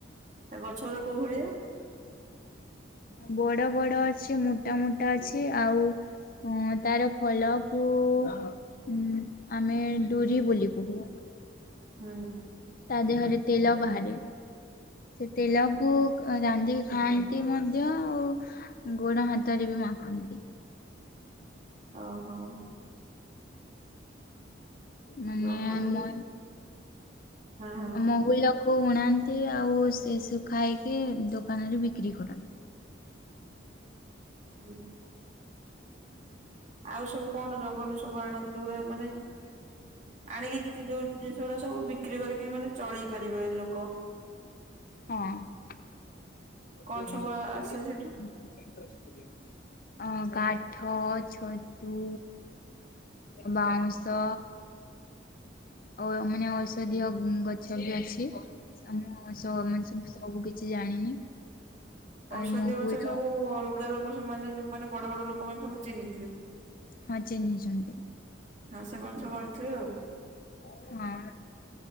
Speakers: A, on the right; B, on the left.
A: ତା ଗଛ ଗୁଡା କୋଉ ଭଳିଆ?
B: ବଡ ବଡ ଅଛି, ମୋଟା ମୋଟା ଅଛି, ଆଉ ହଁ ତାର ଫଳକୁ ହୁଁ ଆମେ ଡୁରି ବୋଲି କହୁ।
A: ହଁ।
B: ତା ଦେହରେ ତେଲ ବାହାରେ। ସେ ତେଲକୁ ରାନ୍ଧିକି ଖାଆନ୍ତି ମଧ୍ୟ ଆଉ ଗୋଡ ହାତରେ ବି ମାଖନ୍ତି।
A: ଓ ହୋ।
B: ମାନେ
A: ଜଙ୍ଗଲ
B: ମ
A: ହଁ ହଁ
B: ମହୁଲ କୁ ଅଣାନ୍ତି ଆଉ ସେ ସୁଖାଇକି ଦୋକାନରେ ବିକ୍ରି କରନ୍ତି।
A: ହୁଁ। ଆଉ ସବୁ କଣ ଜଙ୍ଗଲ ସବୁ ଆଣନ୍ତି? ଯୋଗୁରା ମାନେ ଆଣିକି କିଛି ଯୋଉ ଜିନିଷ ଗୁଡା ସବୁ ବିକ୍ରି କରିକି ମାନେ ଚଳେଇ ପାରିବେ ଲୋକ?
B: ହଁ।
A: କଣ
B: ତ
A: ସବୁ
B: ମୁ ବ
A: ଆସେ
B: <unintelligible>
A: ସେଠୁ
B: ଆଁ କାଠ ଛତୁ ବାଉଁଶ ଓ ମାନେ ଔଷଧୀୟ ଗଛ ବି ଅଛି ଆମ ତ ସବୁ କିଛି ଜାଣିନି?
A: ଔଷଧ
B: ଆଉ ମହୁଲ
A: ଗଛ ସବୁ ଅଲଗା ଲୋକ ସବୁମାନେ ଯୋଉ ମାନେ ବଡ ବଡ ଲୋକ- ଲୋକମାନେ ଚିହ୍ନିଥିବେ?
B: ହଁ ଚିହ୍ନିଛନ୍ତି
A: ହଁ ସେମାନେ ସବୁ ଆଣୁଥିବେ ଆଉ?
B: ହଁ।